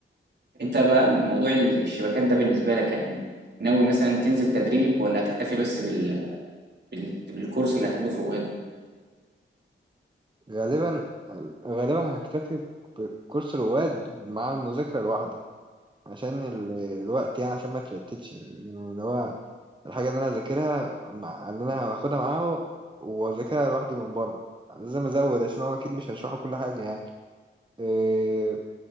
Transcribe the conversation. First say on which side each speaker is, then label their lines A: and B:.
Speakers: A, on the right; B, on the right.
A: انت بقى موضوع ال- الشبكات ده بالنسبه لك يعني ناوي مثلا تنزل تدريب ولا هتكتفي بس بال... بال... بالكورس اللي هتاخده في رواد
B: غالبا غالبا هكتفي بكورس رواد مع المذاكرة لوحدي عشان ال... الوقت يعني عشان ما تشتتش يعني اللي هو الحاجة اللي انا هذاكرها مع اللي انا هاخدها معاه واذاكرها لوحدي من بره لازم ازود عشان هو اكيد مش هيشرحوا كل حاجة يعني آه،